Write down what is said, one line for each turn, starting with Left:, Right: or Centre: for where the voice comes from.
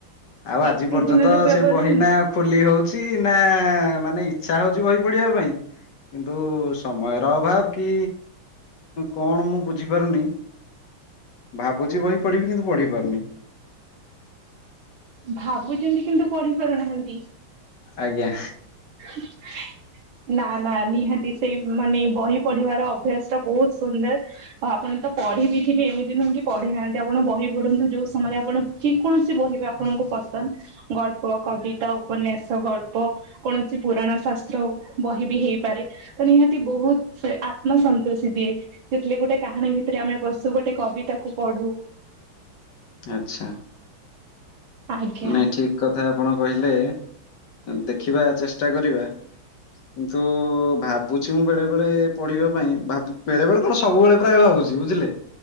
Left: ଆଉ ଆଜି
Right: ଏତେ
Left: ପର୍ଯ୍ୟନ୍ତ
Right: ଦିନର ବ୍ୟବଧାନ
Left: ସେ ବହି ନା ଖୋଲି ହଉଚି ନା ମାନେ ଇଛା ହଉଚି ବହି ପଢ଼ିବାପାଇଁ। କିନ୍ତୁ, ସମୟର ଅଭାବ କି କଣ ମୁଁ ବୁଝିପାରୁନି ଭାବୁଛି ବହି ପଢ଼ିବି, କିନ୍ତୁ ପଢ଼ି ପାରୁନି।
Right: ଭାବୁଛନ୍ତି, କିନ୍ତୁ ପଢ଼ି ପାରୁନାହାନ୍ତି
Left: ଆଜ୍ଞା।
Right: <unintelligible> ନା ନା ନିହାତି ସେଇ ମାନେ ବହି ପଢିବାର ଅଭ୍ୟାସ ଟା ବହୁତ ସୁନ୍ଦର। ଆଉ ଆପଣ ତ ପଢି ବିି ଥିବେ, ଏମିତି ନୁହଁ କି ପଢି ନାହାନ୍ତି ଆପଣ ବହି ପଢନ୍ତୁ, ଯୋଉ ସମୟରେ ଆପଣ ଯେ କୌଣସି ବହିବି ଆପଣଙ୍କୁ ପସନ୍ଦ ଗଳ୍ପ, କବିତା, ଉପନ୍ୟାସ, ଗଳ୍ପ କୌଣସି ପୁରାଣ, ଶାସ୍ତ୍ର ବହି ବି ହେଇପାରେ। ନିହାତି ବହୁତ୍ ଆତ୍ମସନ୍ତୋଷି ଦିଏ। ଯେତେଳେ ଗୋଟେ କାହାଣୀ ଭିତରେ ଆମେ ପସୁ, ଗୋଟେ କବିତାକୁୁ ପଢୁ।
Left: ଆଚ୍ଛା।
Right: ଆଜ୍ଞା।
Left: ନାଇଁ ଠିକ କଥା ଆପଣ କହିଲେ, ଦେଖିବା ଚେଷ୍ଟା କରିବା। କିନ୍ତୁ ଭାବୁଛି ମୁଁ ବେଳେ ବେଳେ ପଢିବା ପାଇଁ, ଭାବ ବେଳେ ବେଳେ କଣ ସବୁବେଳେ। ପୁରା ଭାବୁଛି ବୁଝିଲେ,